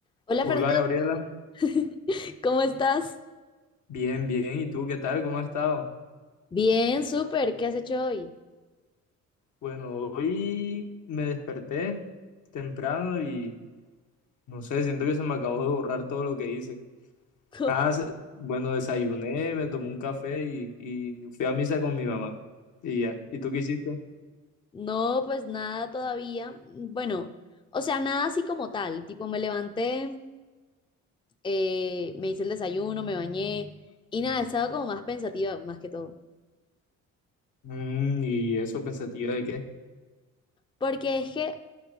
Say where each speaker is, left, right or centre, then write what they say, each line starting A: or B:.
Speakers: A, on the left; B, on the left.
A: Hola
B: Hola
A: Fernanda,
B: Gabriela,
A: <laughs> ¿cómo estás?
B: bien, bien. ¿Y tú qué tal? ¿Cómo has estado?
A: Bien, súper, ¿qué has hecho hoy?
B: Bueno, hoy me desperté temprano y no sé, siento que se me acabó de borrar todo lo que hice.
A: Co-
B: Ah, se- bueno, desayuné, me tomé un café y, y fui a misa con mi mamá. Y ya. ¿Y tú qué hiciste?
A: No, pues nada todavía. Bueno, o sea, nada así como tal. Tipo, me levanté, eh, me hice el desayuno, me bañé y nada, he estado como más pensativa más que todo.
B: Mm, y eso pensativa de qué.
A: Porque es que,